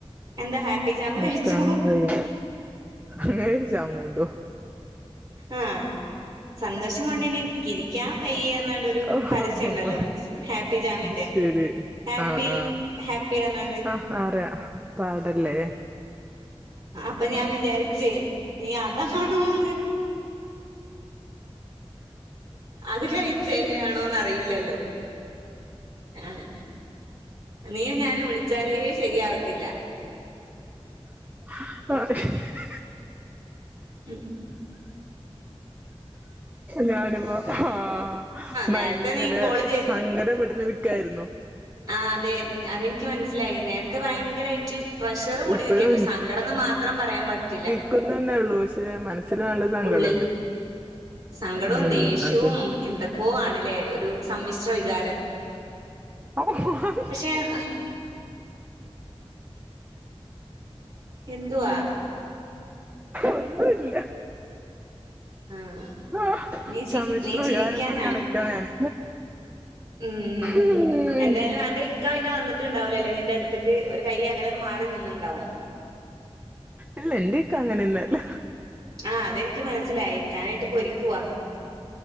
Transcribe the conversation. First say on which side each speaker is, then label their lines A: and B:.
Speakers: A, on the right; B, on the right.
A: എന്താ ഹാപ്പി ജാമ്
B: നിക്കാനും
A: കഴിച്ചോ
B: വെയ്യ അങ്ങനെരു ജാമൂണ്ടോ
A: ആഹ് സന്തോഷം കൊണ്ട് ഇനി കിരിക്കാം വെയ്യാ ന്നാണ്ടർന്നൊരു
B: ആഹ്
A: പരസ്യം ഉണ്ടല്ലോ ഹാപ്പി ജാമിന്റെ
B: ശരി
A: ഹാപ്പി
B: ആഹ് ആഹ്
A: ഹാപ്പി പറ്ഞ്ഞാണ്ട്
B: ആഹ് അറിയ പാടല്ലേ
A: അപ്പൊ ഞാൻ വിചാരിച്ചേയ് ഇനി അതാണോന്ന് അത് കഴിച്ചേന്റെ ആണോന്ന് അറിയില്ലല്ലോ ആഹ് നീയും ഞാനും വിളിച്ചാലേ ശരിയാവത്തില്ല
B: <unintelligible>
A: ഉ
B: ഞാനിപ്പോ ആഹ്
A: നേരത്തെ
B: ഭയങ്കര
A: നീ കോള്
B: സങ്കടപ്പെട്ട്ട്ട് നിക്കായ്രുന്നു
A: ആഹ് അതെ ഉം അതെനിക്ക് മനസ്സിലായി നേരത്തെ ഭയങ്കരായിട്ട് പ്രഷർ കൂടി
B: ഇപ്പഴും
A: നിക്കാര്ന്നു സങ്കടംന്ന് മാത്രം പറയാൻ പറ്റില്ല
B: നിക്കുന്നന്നേഒള്ളൂ പക്ഷേ മനസ്സിൽ നല്ല സങ്കടണ്ട്
A: ഉള്ളിൽ സങ്കടവും
B: ഉം
A: ദേഷ്യവും
B: അതെ
A: എന്തൊക്കോ ആണ് ല്ലേ ഒരു സമ്മിശ്ര വികാരം
B: അത്
A: പക്ഷെ ആഹ് എന്തുവാ
B: ഒന്നുല്ല
A: ആഹ്
B: ആഹ്
A: നീ ചി
B: സമ്മിശ്ര
A: നീ ചിരിക്കാനാണോ
B: വികാരം കൊണ്ട് നടക്കാണ് ഞാന്
A: ഉം
B: ഉം
A: എന്തായാലും ആന്റെ ഇ ഇക്ക പിന്നെ വന്നിട്ടുണ്ടാവൂലല്ലേ നിന്റെ അട്ത്ത്ക്ക് ഒരു കൈയകലം മാറി നിന്ന്ണ്ടാവും
B: ഇല്ല ഇന്റിക്ക അങ്ങനൊന്നല്ല
A: ആഹ് അതെനിക്ക് മനസ്സിലായി ഇക്കാനിട്ട് പൊരിക്കുവാ